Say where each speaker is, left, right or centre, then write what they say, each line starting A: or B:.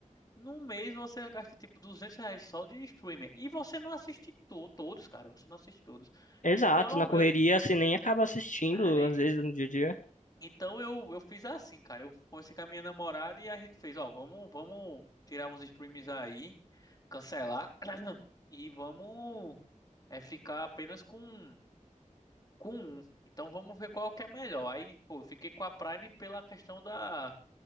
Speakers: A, on the left (about 30°); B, on the left (about 75°).
A: num mês você gasta tipo 200 reais só de streamer. E você não assiste to todos, cara. Você não assiste todos.
B: Exato,
A: Então
B: na correria
A: eu,
B: você nem acaba assistindo,
A: ah, en-
B: às vezes, no dia a dia.
A: então eu, eu fiz assim, cara. Eu comecei com a minha namorada e a gente fez, ó, vamos, vamos tirar uns streams aí, cancelar <clears throat> e vamos é, ficar apenas com com um. Então vamos ver qual que é melhor. Aí, pô, eu fiquei com a Prime pela questão da